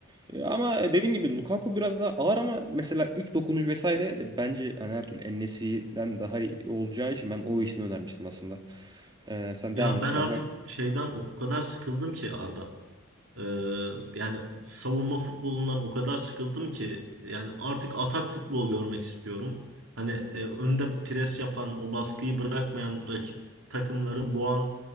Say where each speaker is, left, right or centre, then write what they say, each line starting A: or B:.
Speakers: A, on the right; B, on the right.
A: E, ama dediğin gibi Lukaku biraz daha ağır ama mesela ilk dokunuş vesaire e, bence hani her türlü en daha iyi olacağı için ben o ismi önermiştim aslında. E, sen
B: Ya
A: devam et
B: ben
A: istersen.
B: artık şeyden o kadar sıkıldım ki Arda. Ee, yani savunma futbolundan o kadar sıkıldım ki yani artık atak futbol görmek istiyorum. Hani e, önde pres yapan, o baskıyı bırakmayan rakip takımları boğan